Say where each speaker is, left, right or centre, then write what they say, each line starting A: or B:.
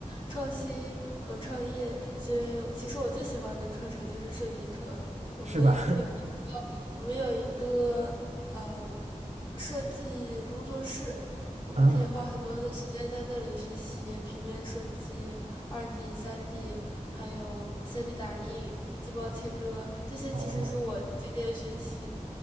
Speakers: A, on the left (about 40°); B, on the right (about 65°).
A: 创新和创业，所以其实我最喜欢的课程就是设计课。我们有一个，
B: 是吧？
A: 我们有一个，呃，设计工作室，我们可以花很多的时间在那里学习平面设计、
B: <laughs> 啊，
A: 二 D、三 D，还有三 D 打印、激光切割，这些其实是我今年学习
B: 哦。